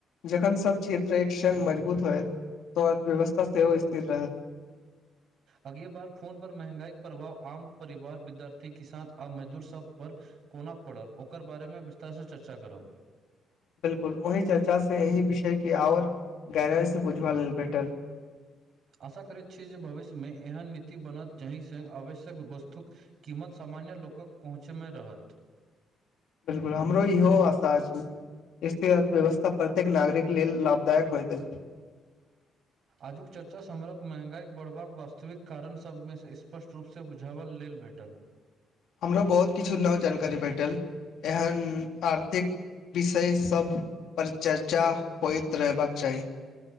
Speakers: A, on the left; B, on the right.
A: जखन सभ क्षेत्र एकसंग मजबूत होयत तऽ अर्थव्यवस्था सेहो स्थिर रहत। <inaudible>
B: आगाँ बेर फोन पर महँगाईक प्रभाव आम परिवार, विद्यार्थी, किसान आ मजदूरसभ पर। कोना पड़ल, ओकर बारेमे विस्तारसँ चर्चा करब।
A: बिल्कुल, ओहि चर्चासँ एहि विषयके आओर गहराइसँ बुझबाक लेल भेटल।
B: आशा करैत छी जे भविष्यमे एहन नीति बनत जाहिसँ आवश्यक वस्तुक कीमत सामान्य लोकक पहुँचमे रहत।
A: बिल्कुल, हमरो इहो आशा छै। स्थिर अर्थव्यवस्था प्रत्येक नागरिक लेल लाभदायक होइत अछि। <inaudible>
B: आजुक चर्चामे महँगाई बढ़बाक वास्तविक कारणसभके स्पष्ट रूपसँ बुझबाक लेल भेटल।
A: हमरो बहुत किछु नव जानकारी भेटल, एहन आर्थिक विषयसभ पर चर्चा होइत रहबाक चाही।